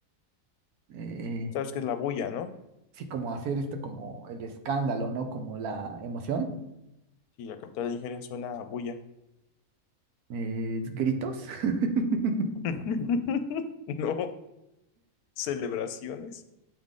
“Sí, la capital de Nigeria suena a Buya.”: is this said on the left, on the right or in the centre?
Left